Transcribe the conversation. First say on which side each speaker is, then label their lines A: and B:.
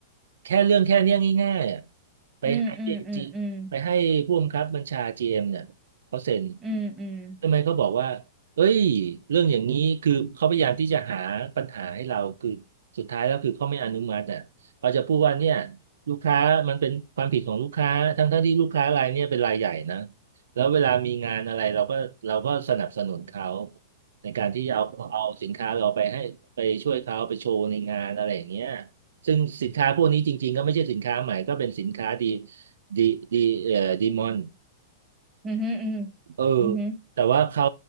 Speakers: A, on the right; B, on the right.
A: แค่เรื่องแค่เนี้ยง่ายๆอ่ะไปให้จีไปให้ผู้บังคับบัญชา
B: อืมอืมอืม
A: GM เอ็มเนี่ยเขาเซ็น
B: อืมอืม
A: ทำไมเขาบอกว่าเอ้ยเรื่องอย่างนี้คือเขาพยายามที่จะหาปัญหาให้เราคือสุดท้ายแล้วคือเขาไม่อนุมัติอ่ะเขาจะพูดว่าเนี่ย ลูกค้ามันเป็นความผิดของลูกค้าทั้งทั้งที่ลูกค้ารายเนี้ยเป็นรายใหญ่นะแล้วเวลามีงานอะไรเราก็เราก็สนับสนุนเขาในการที่จะเอาเอาสินค้าเราไปให้ไปช่วยเขาไปโชว์ในงานอะไรอย่างเงี้ยซึ่งสินค้าพวกนี้จริงๆก็ไม่ใช่สินค้าใหม่ก็เป็นสินค้าดีดีดีเอ่อดีมอน
B: อืมอืมอืม
A: เออ
B: อืม
A: แต่ว่าเขา